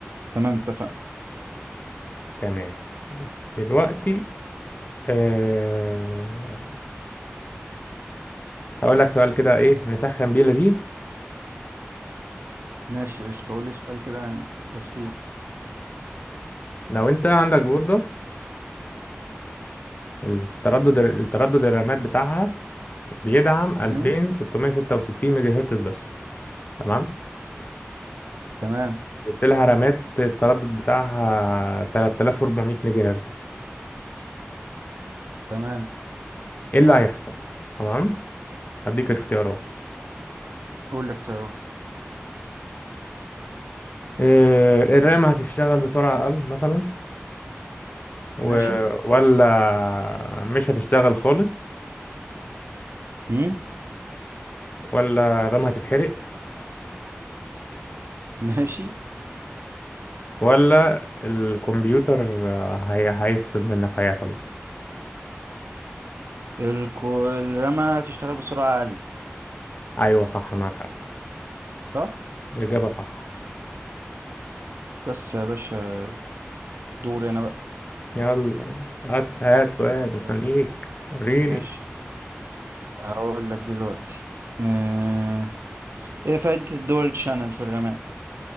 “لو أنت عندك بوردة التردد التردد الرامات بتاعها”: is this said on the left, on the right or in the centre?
Left